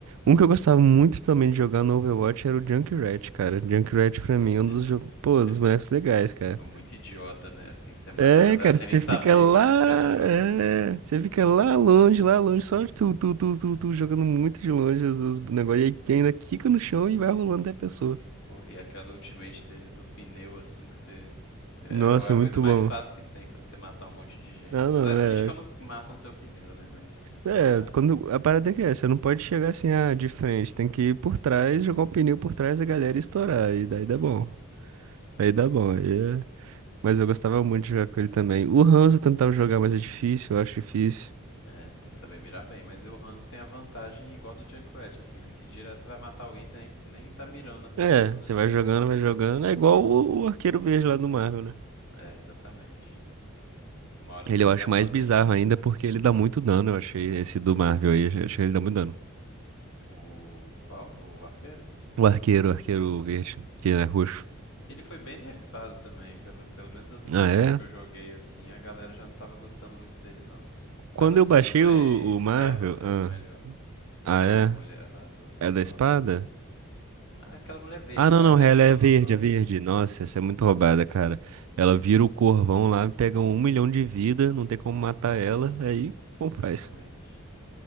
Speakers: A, on the right; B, on the left.
A: Um que eu gostava muito também de jogar no Overwatch era o Junkrat, cara. Junkrat pra
B: <laughs>
A: mim é um dos, jo- pô, dos bonecos legais, cara.
B: É muito idiota, né? Assim, você mata
A: É,
B: a galera
A: cara,
B: sem
A: você
B: nem saber
A: fica lá,
B: que me que atirou
A: é,
B: nela.
A: você fica lá longe, lá longe, só tu, tu, tu, tu, tu, jogando muito de longe os, os negócios, e aí tem ainda quica no chão e vai rolando até a pessoa.
B: Pô, e aquela ultimate dele do pneu, assim, que você. É
A: Nossa,
B: é a
A: é
B: coisa
A: muito
B: mais
A: bom.
B: fácil que tem pra você matar um monte de gente.
A: Não, não,
B: Só é triste
A: é,
B: quando matam seu pneu, né? Mas.
A: é,
B: É raro.
A: quando, a parada é que é, você não pode chegar assim, ah, de frente, tem que ir por trás, jogar o pneu por trás, a galera e estourar, e daí
B: Uhum.
A: dá bom, aí dá bom, aí é Mas eu gostava muito de jogar com ele também. O Hanzo eu tentava jogar, mas é difícil, eu acho difícil.
B: É, tem que saber mirar bem. Mas o Hanzo tem a vantagem igual do Junkrat, assim, né? Que direto você vai matar alguém, você nem, nem tá mirando na pessoa,
A: É, você
B: né?
A: vai
B: Fica.
A: jogando, vai jogando. É igual o, o Arqueiro Verde lá do Marvel, né?
B: É, exatamente. Uma hora
A: Ele
B: você acerta
A: eu acho mais
B: alguém.
A: bizarro ainda porque ele dá muito dano, eu achei esse do Marvel aí. Eu achei que ele dá muito dano.
B: O. Qual? O arqueiro?
A: O Arqueiro, o Arqueiro Verde, que é roxo.
B: Pois é. Ele foi bem nerfado também, pelo, pelo menos das últimas
A: Ah, é?
B: vezes que eu joguei assim, a galera já não tava gostando muito dele não.
A: Quando
B: Tava
A: eu
B: sendo
A: baixei
B: mais
A: o, o Marvel.
B: Hela, era
A: Ah,
B: o melhor. Aquela
A: ah, é?
B: mulher lá do, do
A: É
B: Thor.
A: da espada?
B: Ah, aquela mulher verde
A: Ah, não,
B: lá
A: não,
B: que
A: ela
B: é a vilã
A: é
B: do
A: verde,
B: Thor.
A: é verde. Nossa, essa é muito roubada, cara. Ela vira o corvão lá, pega um milhão de vida, não tem como matar ela,
B: Uhum,
A: aí <laughs> como
B: exatamente.
A: faz?